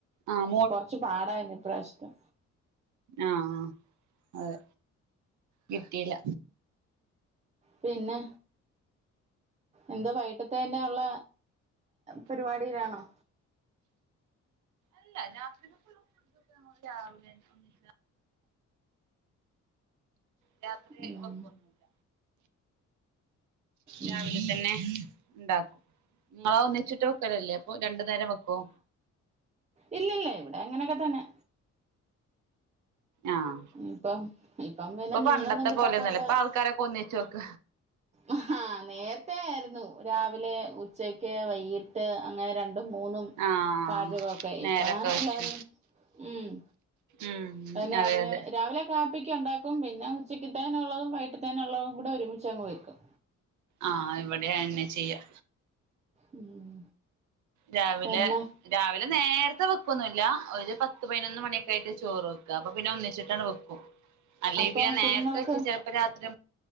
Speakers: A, on the right; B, on the right.
A: ആഹ്
B: കൊറച്ച് പാടായിരുന്നു ഇ്രശം അ
A: ആഹ അതെ കിട്ടിയില്ല
B: പിന്നെ എന്താ വൈകിട്ടത്ത തന്നെ ഉള്ള പരിപാടിയിലാണോ
A: ല്ല ഉ <unintelligible> രാത്രി
B: ഉം
A: ഉഴപ്പൊന്നുമില്ല
B: ഉം
A: രാവിലെ തന്നെ ഉണ്ടാക്കും നിങ്ങള ഒന്ന വച്ചിട്ട് വെക്കറല്ലേ അപ്പൊ രണ്ടു നേരം വെക്കോ
B: ഇല്ലല്ല ഇവിടെ എങ്ങനെയൊക്കെ തന്നെ
A: ആഹ്
B: ഇപ്പം ഇപ്പം പിന്നെ
A: ഇപ്പൊ
B: മീനൊന്നും
A: പണ്ടത്തെ
B: കിട്ടാത്തോണ്ട്
A: പോലെന്നല്ല ഇപ്പൊ ആൾക്കാരൊക്കെ ഒന്നിച്ച് വെക്ക
B: ആഹ് നേരത്തെ ആയിരുന്നു രാവിലെ ഉച്ചക്ക് വൈകട്ട് അങ്ങനെ ര മൂന്നും
A: ആഹ്
B: പാചകൊക്കെ
A: നേരൊക്കെ
B: ഇപ്പ
A: വെച്ചു
B: എല്ലാരും ഉം
A: ഉം
B: രാവിലെ
A: അതെ അതെ
B: രാവിലെ കാപ്പക്ക് ഉണ്ടാക്കും പിന്നെ ഉച്ചതേക്കുള്ളതും വൈകിട്ടതെകുള്ളതും കൂടെ ഒരുമിച്ച് അങ്ങ് വെക്കും
A: ആഹ് ഇവിടെ അത് തന്നെ ചെയ്യാ
B: ഉം
A: രാവിലെ
B: പിന്നെ
A: രാവിലെ നേരത്തെ വെക്കൊന്നുമല്ല ഒരു പത്ത് പതിനൊന്ന് മണിയൊക്കെ ആയിട്ട് ചോറ് വെക്കുക അപ്പൊ പിന്നെ ഒന്നിച്ചിട്ടാണ് വെക്കും അല്ലെ
B: അപ്പം
A: പിന്നെ
B: കുഞ്ഞുങ്ങൾക്ക്
A: നേരത്തെ വെച്ച ചെലപ്പ രാത്രി